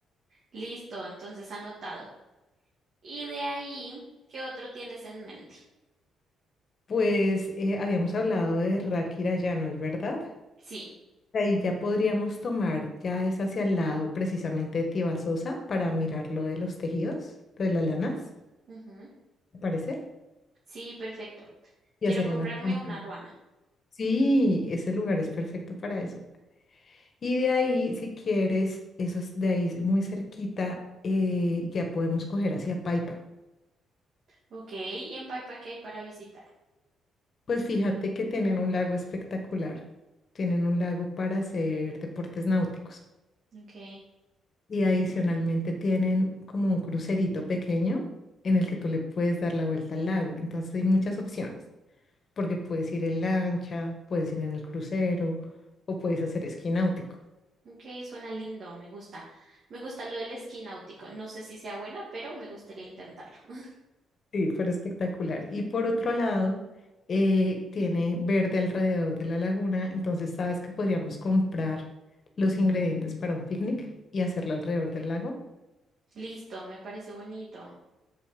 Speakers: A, on the right; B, on the left.
A: Listo, entonces anotado. Y de ahí, ¿qué otro tienes en mente?
B: Pues eh, habíamos hablado de Rakirayano, ¿es verdad?
A: Sí.
B: Ahí ya podríamos tomar, ya es hacia el lado precisamente de Tibasosa para mirar lo de los tejidos, lo de las lanas,
A: ujú,
B: ¿te parece?
A: Sí, perfecto.
B: Y
A: Quiero
B: hacer
A: comprarme
B: unas compras.
A: una ruana.
B: Sí, ese lugar es perfecto para eso. Y de ahí, si quieres, eso es de ahí muy cerquita, eh, ya podemos coger hacia Paipa.
A: Ok, y en Paipa, ¿qué hay para visitar?
B: Pues fíjate que tienen un lago espectacular. Tienen un lago para hacer deportes náuticos.
A: Ok,
B: Y adicionalmente tienen como un crucerito pequeño en el que tú le puedes dar la vuelta al lago. Entonces hay muchas opciones, porque puedes ir en lancha, puedes ir en el crucero o puedes hacer esquí náutico.
A: ok, suena lindo, me gusta. Me gusta lo del esquí náutico. No sé si sea buena, pero me gustaría intentarlo. <laughs>
B: Sí, pero espectacular. Y por otro lado, eh, tiene verde alrededor de la laguna, entonces sabes que podríamos comprar los ingredientes para un picnic y hacerlo alrededor del lago.
A: Listo, me parece bonito.